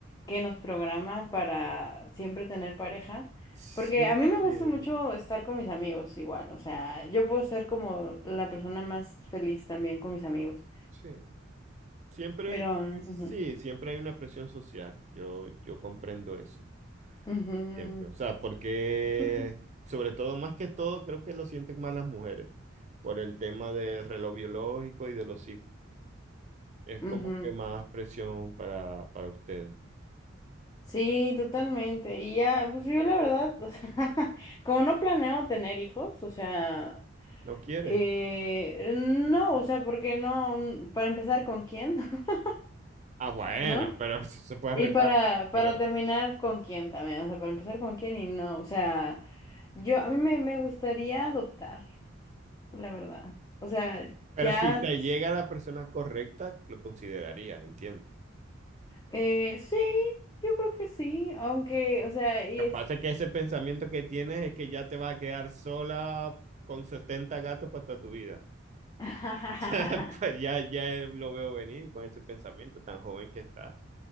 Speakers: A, on the left; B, on the right.
A: que nos programa para siempre tener pareja.
B: Sí,
A: Porque a mí me gusta
B: sí,
A: mucho estar con mis amigos igual, o sea, yo puedo ser como la persona más feliz también con mis amigos.
B: sí. Siempre,
A: Pero...
B: sí,
A: ujú,
B: siempre hay una presión social. Yo, yo comprendo eso,
A: ujú.
B: siempre. O sea, porque
A: <laughs>
B: sobre todo, más que todo, creo que lo sienten más las mujeres por el tema del reloj biológico y de los hijos. Es
A: Ujú.
B: como que más presión para, para ustedes.
A: Sí, totalmente. Y ya, pues yo la verdad, o sea, <laughs> como no planeo tener hijos, o sea,
B: ¿No quieres?
A: Eh, no, o sea, porque no, n- para empezar con quién, <laughs>
B: Ah, bueno,
A: ¿no?
B: pero eso se puede
A: Y
B: arreglar.
A: para,
B: Pero
A: para terminar con quién también, o sea, para empezar con quién y no, o sea, yo, a mí me, me gustaría adoptar, la verdad. O sea,
B: Pero
A: ya,
B: si
A: s-
B: te llega la persona correcta, lo considerarías, entiendo.
A: eh, sí, yo creo que sí, aunque, o sea, y
B: Lo
A: es...
B: que pasa es que ese pensamiento que tienes es que ya te vas a quedar sola con 70 gatos para toda tu vida.
A: <laughs>
B: <laughs> Pues ya, ya lo veo venir con ese pensamiento tan joven que estás.